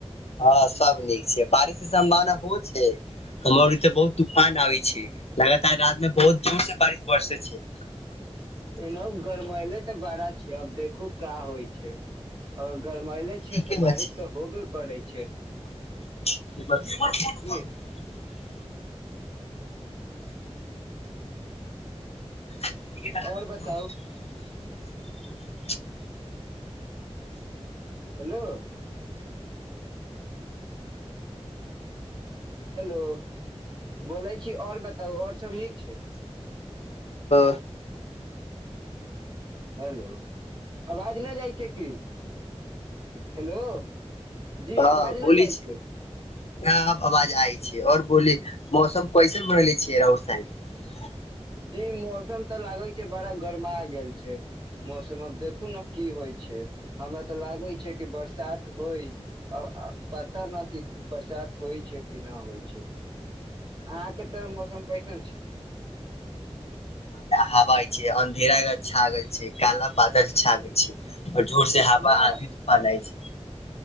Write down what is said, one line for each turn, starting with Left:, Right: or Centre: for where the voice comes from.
Left: हँ सब नीक छै बारिश के सम्भावना हो छै हमर इे बहुत तूफान आबै छै लगाता रात में बहुत जोर से बारिश बरसे छै
Right: एना गरमले तऽ बड़ा छै अब देखू क्या होइ छै अ गरमैले छिय
Left: ठीके
Right: तऽ
Left: न
Right: बारिश
Left: छै
Right: तऽ होबे करै छै
Left: ब
Right: की
Left: <inaudible>
Right: <inaudible>
Left: <inaudible>
Right: आओर बताउ हेलो <inaudible> हेलो बोलै छी आओर बताउ आओर सभ नीक छै
Left: अ
Right: हेलो आवाज नहि जाइ छै की हेलो जी
Left: हँ
Right: आवाज
Left: बोली
Right: न जाइ छै
Left: न आब आवाज आय छै आओर बोली मौसम कैसन बनले छियै राउर साइड
Right: जी मौसम तऽ लागै छै बड़ा गरमा गेल छै मौसम अब देखू ने की होइ छै हमरा तऽ लागे छै कि बरसात होइ अब पता न कि बरसात होइ छै कि नहि होइ छै अहाँके मौसम कैसन छै
Left: हवा छै अन्धेरा छा आ गेल छै काला बादल छा गेल छै आओर जोर से
Right: न
Left: हवा आधी तूफान आइ छै